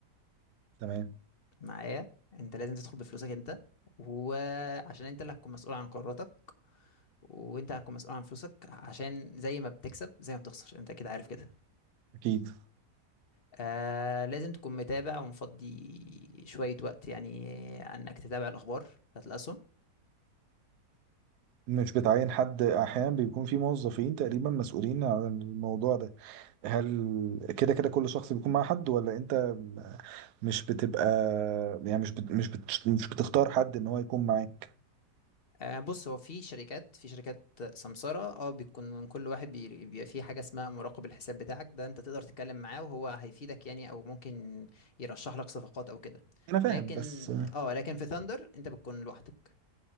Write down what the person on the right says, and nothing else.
تمام
اكيد
مش بتعين حد احيانا بيكون في موظفين تقريبا مسؤولين عن الموضوع ده هل كده كده كل شخص بيكون مع حد ولا انت م- مش بتبقى يعني مش بت... مش بت... مش بتختار حد ان هو يكون معاك
انا فاهم
بس